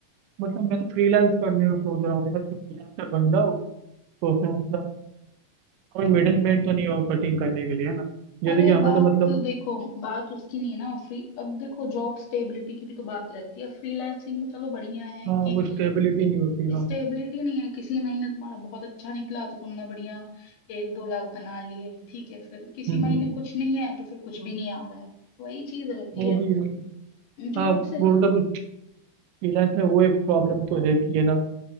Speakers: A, on the right (about 85°); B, on the left (about 75°).
A: मतलब मैं तो फ्रीलांस करने को सोच रहा हूँ यार कि फ्रीलांसर बन जाऊँ तो उसमें मतलब कोई मिडिल मैन तो नहीं हो कटिंग करने के लिए है ना जैसे
B: अरे
A: कि हमें
B: बात
A: तो मतलब
B: तो देखो बात उसकी नहीं ना फ्री अब देखो जॉब स्टेबिलिटी की भी तो बात रहती है फ्रीलांसिंग में चलो बढ़िया है
A: हाँ
B: कि
A: वो स्टेबिलिटी नहीं होती हाँ
B: स्टेबिलिटी
A: हम्म,
B: नहीं है किसी महीने तुम्हारा बहुत अच्छा निकला तो तुमने बढ़िया एक दो लाख बना लिए ठीक है फिर किसी
A: हम्म,
B: महीने कुछ नहीं है तो फिर कुछ भी नहीं आ रहा है वही चीज रहती
A: वो
B: है
A: भी है
B: जॉब
A: हाँ
B: से
A: वो मतलब फ्रीलांस में वो एक प्रॉब्लम तो है कि है ना